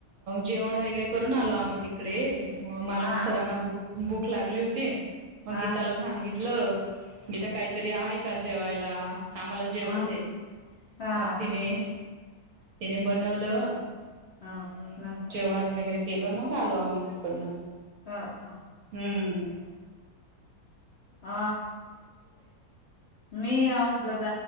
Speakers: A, on the right; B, on the left.
A: जेवण वगैरे करून आलो आम्हीऽऽ आही तिकडे ऽऽमालाम
B: हा
A: सरांना भूक लागली होती ऽऽ मग
B: हा
A: गीताला सांगितलं,, गीता काहीतरी आहे का जेवायलाऽऽ आम्हाला
B: हा
A: जेवण दे,,
B: हा
A: मग तिने, तिने बनवलं.
B: हा
A: आणि
B: नंतर
A: मग जेवण वगैरे केलं मग आलो आम्ही तिकडनं.
B: हा हा
A: हमम.
B: अ मी असलो द